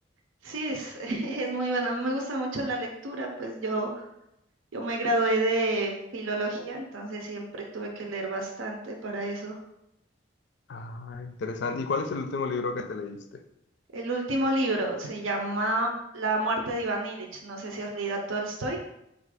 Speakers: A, on the right; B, on the left.
A: Sí, es, <laughs> es muy buena. A mí me gusta mucho la lectura, pues yo, yo me gradué de filología, entonces siempre tuve que leer bastante para eso.
B: Ah, interesante. ¿Y cuál es el último libro que te leíste?
A: El último libro se llama La muerte de Iván Ilich. No sé si has leído a Tolstoy.